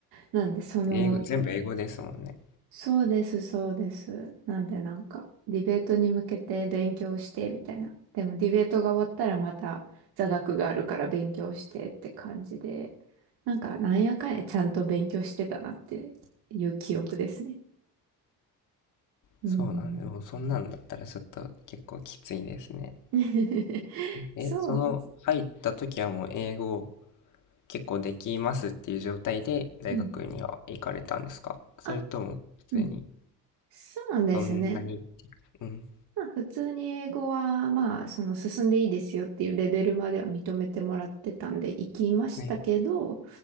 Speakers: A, on the right; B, on the left.
A: なんで、その
B: 英語、全部英語ですもんね。
A: そうです、そうです。なんでなんか、ディベートに向けて勉強してみたいな。でもディベートが終わったらまた座学があるから勉強してって感じで、なんかなんやかんやちゃんと勉強してたなっていう記憶ですね。うん。
B: そうなんで、もうそんなんだったらちょっと結構きついですね。
A: <laughs>
B: え、
A: そう。
B: その入った時はもう英語結構できますっていう状態で大学には行かれたんですかそれとも普通に
A: うん。あ、うん。そうですね。
B: そんなに、うん、
A: まあ普通に英語はまあその進んでいいですよっていうレベルまでは認めてもらってたんで行きましたけど、
B: ね、